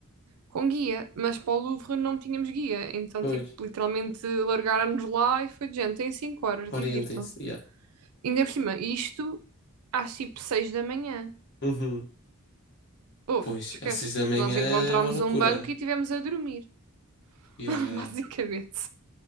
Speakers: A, on the right; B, on the left.
A: com guia, mas para o Louvre não tínhamos guia, então
B: Pois,
A: tipo, literalmente largaram-nos lá e foi de gente, tem 5 horas,
B: orientem-se,
A: divirtam-se.
B: yeah.
A: Ainda por cima, isto às tipo 6 da manhã.
B: Uhum.
A: Houve,
B: Pois,
A: esquece.
B: às seis da manhã
A: Nós
B: é
A: encontramos
B: uma loucura.
A: um banco e tivemos a dormir.
B: Yeah,
A: <laughs>
B: yeah,
A: Basicamente.
B: yeah.